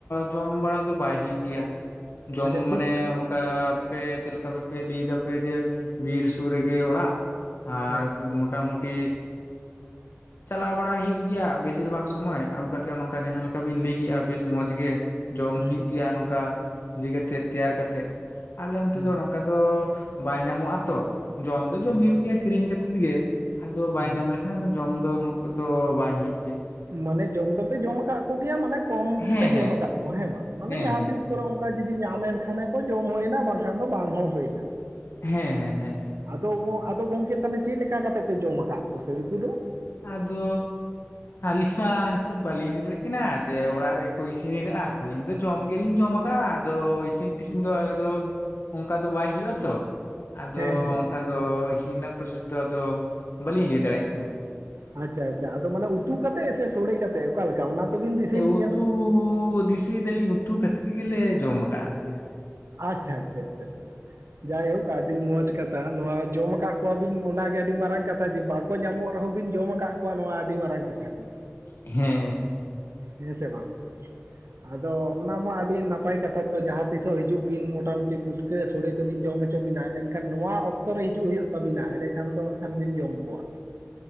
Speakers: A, on the left; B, on the right.
A: ᱡᱚᱢ ᱵᱟᱲᱟ ᱫᱚ ᱵᱟᱭ ᱦᱩᱭᱩᱜ ᱜᱮᱭᱟ ᱡᱚᱢ
B: ᱟᱪᱪᱷᱟ ᱴᱩᱠ
A: ᱢᱟᱱᱮ ᱟᱯᱮ ᱪᱮᱫ ᱞᱮᱠᱟ ᱵᱮᱯᱮ ᱨᱤᱫ ᱫᱟᱯᱮ ᱡᱮ ᱵᱤᱨ ᱥᱩᱨ ᱨᱮᱜᱮ ᱚᱲᱟᱜ ᱟᱨ
B: ᱦᱮᱸ
A: ᱢᱳᱚᱴᱟ ᱢᱩᱴᱤ ᱪᱟᱞᱟᱣ ᱵᱟᱲᱟ ᱦᱩᱭᱩᱜ ᱜᱮᱭᱟ ᱵᱮᱥᱤᱨ ᱵᱷᱟᱜᱽ ᱥᱚᱢᱚᱭ ᱟᱹᱜᱩ ᱠᱟᱛᱮ ᱚᱱᱠᱟ ᱡᱟᱦᱟᱸ ᱞᱮᱠᱟ ᱵᱤᱱ ᱞᱟᱹᱭ ᱠᱮᱫᱼᱟ ᱵᱮᱥ ᱢᱚᱸᱡᱽ ᱜᱮ ᱡᱚᱢ
B: ᱦᱩᱸ
A: ᱦᱩᱭᱩᱜ ᱜᱮᱭᱟ ᱱᱚᱝᱠᱟ ᱤᱭᱟᱹᱤ ᱠᱟᱛᱮᱜ ᱛᱮᱭᱟᱨ ᱠᱟᱛᱮᱜ ᱟᱞᱮ ᱚᱱᱛᱮ
B: ᱦᱩᱸ
A: ᱫᱚ ᱠᱟᱫᱚ ᱵᱟᱭ ᱧᱟᱢᱚᱜ-ᱟ ᱛᱚ ᱡᱚᱢ ᱫᱚ ᱡᱚᱢ
B: ᱦᱮᱸ
A: ᱦᱩᱭᱩᱜ ᱜᱮᱭᱟ ᱠᱤᱨᱤᱧ ᱠᱟᱛᱮᱫ ᱜᱮ ᱟᱫᱚ ᱵᱟᱭ
B: ᱦᱮᱸ
A: ᱧᱟᱢ ᱞᱮᱠᱷᱟᱱ ᱡᱚᱢ ᱫᱚ ᱱᱩᱜ ᱠᱚᱫᱚ ᱵᱟᱭ ᱦᱩᱭᱩᱜ ᱜᱮᱭᱟ
B: ᱢᱟᱱᱮ ᱡᱚᱢ ᱫᱚᱯᱮ ᱡᱚᱢ ᱟᱠᱟᱫ ᱠᱚᱜᱮᱭᱟ ᱢᱟᱱᱮ ᱠᱚᱢ
A: ᱦᱮᱸ
B: ᱯᱮ ᱡᱚᱢ ᱟᱠᱟᱫ ᱠᱚᱣᱟ ᱦᱮᱸ ᱵᱟᱝ ᱢᱟᱱᱮ
A: ᱦᱮᱸ
B: ᱡᱟᱦᱟᱸᱛᱤᱥ
A: ᱦᱮᱸ
B: ᱠᱚᱨᱮ ᱚᱱᱠᱟ ᱡᱩᱫᱤ ᱧᱟᱢ ᱮᱱ ᱠᱷᱟᱱᱮ ᱠᱚ ᱡᱚᱢ ᱦᱩᱭᱱᱟ ᱵᱟᱝᱠᱷᱟᱱ ᱫᱚ ᱵᱟᱝ ᱦᱚᱸ ᱦᱩᱭᱱᱟ
A: ᱦᱮᱸ ᱦᱮᱸ ᱦᱮᱸ ᱦᱮᱸ ᱦᱮᱸ ᱦᱮᱸ
B: ᱟᱫᱚ ᱜᱚ ᱟᱫᱚ ᱜᱚᱝᱠᱮ ᱛᱟᱦᱚᱞᱮ ᱪᱮᱫ ᱞᱮᱠᱟ ᱠᱟᱛᱮ ᱯᱮ ᱡᱚᱢ ᱟᱠᱟᱫ ᱠᱚᱛᱮ ᱩᱱᱠᱩ ᱫᱚ?
A: ᱟᱫᱚᱻ ᱟᱹᱞᱤᱧ ᱢᱟ ᱱᱤᱛᱚᱜ ᱵᱟᱹᱞᱤᱧ ᱞᱟᱭ ᱫᱟᱲᱮᱭᱟᱜ ᱠᱟᱱᱟ ᱫᱮ ᱚᱲᱟᱜ ᱨᱮᱜᱠᱚ ᱤᱥᱤᱱ ᱟᱠᱟᱜᱼᱟ ᱟᱹᱞᱤᱧ ᱫᱚ ᱡᱚᱢ ᱜᱮᱞᱤᱧ ᱡᱚᱢᱟ ᱵᱟ ᱟᱫᱚ ᱤᱥᱤᱱ ᱴᱤᱥᱤᱱ ᱫᱚ ᱟᱫᱚ ᱚᱱᱠᱟ ᱫᱚ ᱵᱟᱭ ᱦᱩᱭᱩᱜ-ᱟ ᱛᱚ᱾ ᱟᱫᱚ
B: ᱦᱮᱸ ᱦᱮᱸ
A: ᱚᱱᱠᱟ ᱫᱚ ᱤᱥᱤᱱ ᱨᱮᱱᱟᱜ ᱯᱨᱚᱥᱮᱥ ᱫᱚ ᱟᱫᱚ ᱵᱟᱹᱞᱤᱧ ᱞᱟᱹᱭ ᱫᱟᱲᱮᱭᱟᱜ ᱠᱟᱱᱟ᱾
B: ᱟᱪᱪᱷᱟ ᱟᱪᱪᱷᱟ ᱟᱫᱚ ᱢᱟᱱᱮ ᱩᱛᱩ ᱠᱟᱛᱮ ᱥᱮ ᱥᱚᱲᱮ ᱠᱟᱛᱮᱜ ᱚᱠᱟᱞᱮᱠᱟ ᱚᱱᱟ? ᱛᱚᱵᱤᱱ ᱫᱤᱥᱟᱹᱭ
A: ᱩᱛᱩ
B: ᱜᱮᱭᱟ ᱱᱟᱜ
A: ᱫᱤᱥᱟᱹᱭ ᱫᱟᱞᱤᱧ ᱩᱛᱩ ᱠᱟᱛᱮᱫ ᱜᱮᱞᱮ ᱡᱚᱢ ᱟᱠᱟᱜ ᱜᱮᱭᱟ
B: ᱟᱪᱪᱷᱟ ᱟᱪᱪᱷᱟ ᱡᱟᱭᱦᱳᱠ ᱟᱹᱰᱤ ᱢᱚᱸᱡᱽ ᱠᱟᱛᱷᱟ ᱱᱚᱣᱟ ᱡᱚᱢ ᱟᱠᱟᱫ ᱠᱚᱣᱟ ᱵᱤᱱ ᱚᱱᱟᱜᱮ ᱟᱹᱰᱤ ᱢᱟᱨᱟᱝ ᱠᱟᱛᱷᱟ ᱡᱮ ᱵᱟᱠᱚ ᱧᱟᱢᱚᱜ ᱨᱮᱦᱚᱸ ᱵᱤᱱ ᱡᱚᱢ ᱟᱠᱟᱫ ᱠᱚᱣᱟ ᱱᱚᱣᱟ ᱟᱹᱰᱤ ᱢᱟᱨᱟᱝ ᱠᱟᱛᱷᱟ ᱠᱟᱱᱟ
A: ᱦᱮᱸ
B: ᱦᱮᱸ ᱥᱮ ᱵᱟᱝ ᱟᱫᱚ ᱚᱱᱟ ᱢᱟ ᱟᱹᱰᱤ ᱱᱟᱯᱟᱭ ᱠᱟᱛᱷᱟ ᱛᱚ ᱡᱟᱦᱟᱸ ᱛᱤᱥᱚᱜ ᱦᱤᱡᱩᱜ ᱟᱹᱵᱤᱱ ᱢᱚᱴᱟᱢᱩᱴᱤ ᱯᱩᱴᱠᱟᱹ ᱥᱳᱚᱲᱮ ᱫᱚᱞᱤᱧ ᱡᱚᱢ ᱦᱚᱪᱚ ᱵᱤᱱ ᱢᱚᱴᱟ ᱢᱩᱴᱤ ᱯᱩᱴᱠᱟ. ᱥᱳᱲᱮ ᱫᱚᱤᱧ ᱡᱚᱢ ᱦᱚᱪᱚ ᱵᱤᱱᱟᱹ ᱮᱱᱠᱷᱟᱱ ᱱᱚᱣᱟ ᱚᱠᱛᱚ ᱨᱮ ᱦᱤᱡᱩᱜ ᱦᱩᱭᱩᱜ ᱛᱟᱹᱵᱤᱱᱟ ᱮᱸᱰᱮᱠᱷᱟᱱ ᱫᱚ ᱠᱷᱟᱱ ᱵᱤᱱ ᱡᱚᱢ ᱠᱚᱣᱟ᱾